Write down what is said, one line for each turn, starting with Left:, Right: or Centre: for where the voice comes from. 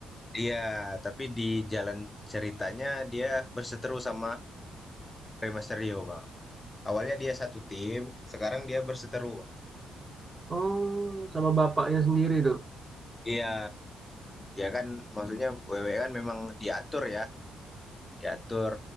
Left: iya, tapi di jalan ceritanya dia berseteru sama Rey Mysterio bang. awalnya dia satu tim, sekarang dia berseteru.
Right: oh sama bapaknya sendiri tuh
Left: Iya, ya kan maksudnya WWE kan memang diatur ya, diatur